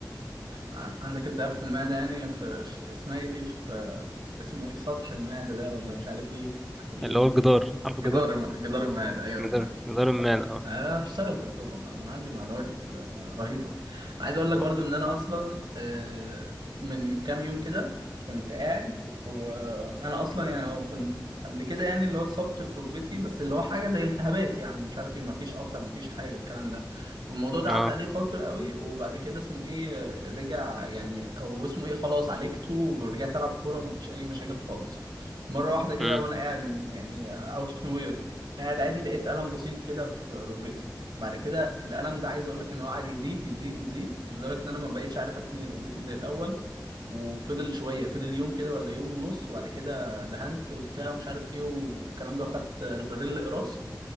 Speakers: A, on the right; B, in the centre.
A: ع- عندك التهاب في المعدة يعني في, في اسمها ايه دي في اسمه ايه سطح المعدة ده ولا مش عارف ايه ايه
B: اللي هو الجدار عارف
A: جدار
B: الجدار
A: جدار المعادة أيوه
B: جدار
A: كده
B: جدار
A: لا
B: المعده اه
A: أنا هشتغل دكتور والله ده أنا عندي معلومات آه، رهيبة عايز أقول لك برضه
B: اه
A: إن أنا أصلا آه، من كام يوم كده كنت قاعد وأنا أصلا يعني كنت قبل كده يعني اللي هو اتصبت في ركبتي بس اللي هو حاجة زي التهابات يعني مش عارف إيه مفيش قطع مفيش حاجة الكلام ده والموضوع ده
B: آه.
A: عدى عليه فترة قوي وبعد كده اسمه إيه آه، رجع يعني أو اسمه إيه خلاص عالجته ورجعت ألعب كورة ومفيش أي مشاكل خالص مرة واحدة كده
B: مم.
A: وأنا قاعد من يعني أوت أوف نو وير قاعد عادي لقيت قلم بسيط كده في ركبتي بعد كده القلم ده عايز أقول لك إن هو قعد يزيد يزيد يزيد لدرجة إن أنا ما بقيتش عارف أتني ركبتي زي الأول وفضل شوية فضل يوم كده ولا يوم ونص وبعد كده دهنت وبتاع ومش عارف إيه والكلام ده وخدت ريبريل قراص